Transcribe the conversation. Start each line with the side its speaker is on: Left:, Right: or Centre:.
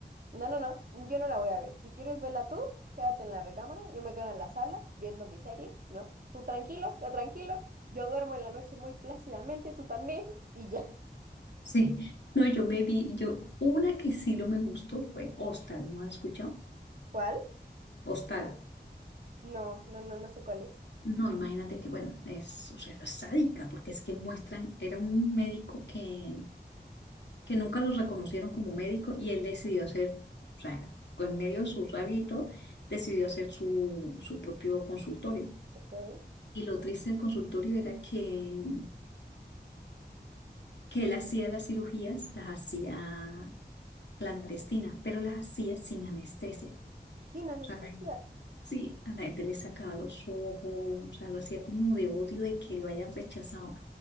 Right: no, no, no, yo no la voy a ver. Si quieres verla tú, quédate en la recámara, yo me quedo en la sala viendo mi serie, ¿no? Tú tranquilo, yo tranquilo, yo duermo en la noche muy plácidamente, tú también, y ya. <laughs>
Left: sí. no, yo me vi, yo, una que sí no me gustó fue Hostal, ¿no has escuchado?
Right: ¿Cuál?
Left: Hostal.
Right: No, no, no, no sé cuál es.
Left: No, imagínate que, bueno, es, o sea, era sádica, porque es que muestran, era un médico que, que nunca lo reconocieron como médico y él decidió hacer, o sea, en medio de su rabia y todo, decidió hacer su, su propio consultorio.
Right: Ok.
Left: Y lo triste del consultorio era que, que él hacía las cirugías, las hacía clandestinas, pero las hacía sin anestesia.
Right: Sin anestesia.
Left: O sea, la gente- sí, a la gente le sacaba los ojos, o sea, lo hacía como de odio de que lo hayan rechazado.